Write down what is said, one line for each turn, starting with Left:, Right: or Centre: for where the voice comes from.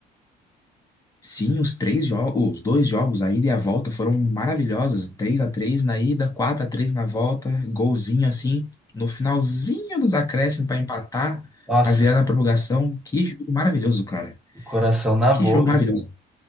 Left: Sim, os três jogos, os dois jogos, a ida e a volta, foram maravilhosos. três a três na ida, quatro a três na volta, golzinho assim, no finalzinho dos acréscimos para empatar,
Centre: Nossa,
Left: para virar na prorrogação. Que jogo maravilhoso, cara.
Centre: coração na
Left: Que
Centre: boca,
Left: jogo maravilhoso.
Centre: cara.